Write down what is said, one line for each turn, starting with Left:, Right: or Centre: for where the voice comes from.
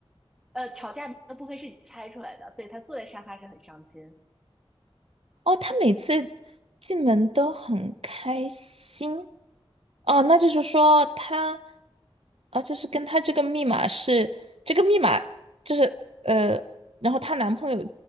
Centre: 呃，吵架的部分是你猜出来的，所以她坐在沙发上很伤心。
Right: 哦，她每次进门都很开心。哦，那就是说她，啊，就是跟她这个密码是这个密码，就是呃，然后她男朋友